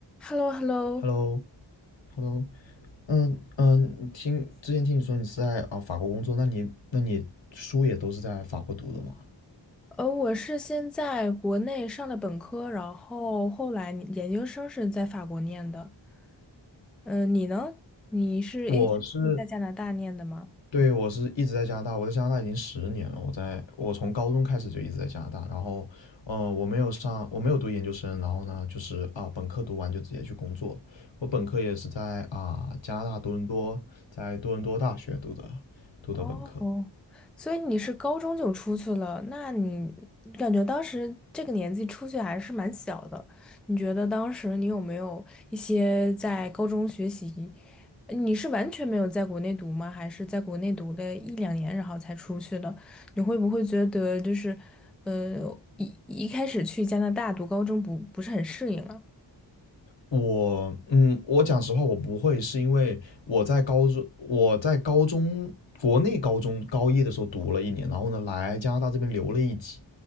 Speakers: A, in the centre; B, on the left.
A: h e l l o h e l l o
B: Hello，Hello，嗯嗯，听之前听你说你是在啊法国工作，那你那你书也都是在法国读的吗？
A: 呃，我是先在国内上的本科，然后后来你研究生是在法国念的。嗯、你呢？你是一直在加拿大念的吗？
B: 我是，对，我是一直在加拿大，我在加拿大已经十年了，我在我从高中开始就一直在加拿大，然后呃我没有上我没有读研究生，然后呢就是啊本科读完就直接去工作了我本科也是在啊加拿大多伦多，在多伦多大学读的读的本科，
A: 哦，所以你是高中就出去了，那你感觉当时这个年纪出去还是蛮小的，你觉得当时你有没有一些在高中学习，你是完全没有在国内读吗？还是在国内读了一两年然后才出去的？你会不会觉得就是，呃，一一开始去加拿大读高中不不是很适应啊？
B: 我嗯，我讲实话，我不会，是因为我在高中，我在高中国内高中高一的时候读了一年，然后呢来加拿大这边留了一级，